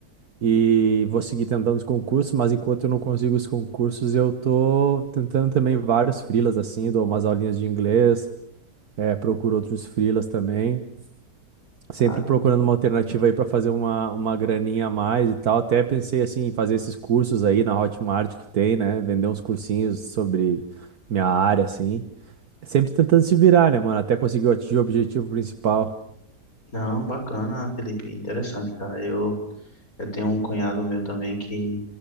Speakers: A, on the right (about 65°); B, on the left (about 55°).
A: e vou seguir tentando os concursos, mas enquanto eu não consigo os concursos, eu tô tentando também vários freelas, assim, dou umas aulinhas de inglês, eh, procuro outros freelas também sempre
B: Caramba.
A: procurando uma alternativa aí para fazer uma, uma graninha a mais e tal. Até pensei assim, em fazer esses cursos aí na Hotmart que tem, né? Vender uns cursinhos sobre minha área, assim. Sempre tentando se virar, né, mano? Até conseguir atingir o objetivo principal.
B: Não, bacana, Felipe, interessante, cara. Eu, eu tenho um cunhado meu também que